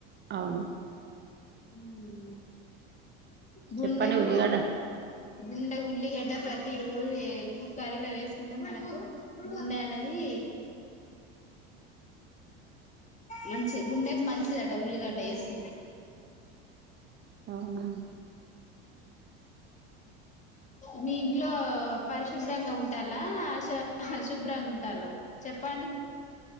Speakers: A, on the right; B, on the left.
A: అవును
B: హుహూ గుండెకు
A: చెప్పండి ఉల్లిగడ్డ
B: గుండె ఉల్లిగడ్డ ప్రతి ఈ రోజులు కు కర్రీలో వేసుకుంటే మనకు గుండె అన్నది మంచిది గుండెకి మంచిదిట ఉల్లిగడ్డ వేస్తుంటే
A: అవున
B: మీ ఇంట్లో పరిశుభ్రంగా ఉంటాలా అశు అ శుభ్రంగా ఉంటాలా చెప్పండి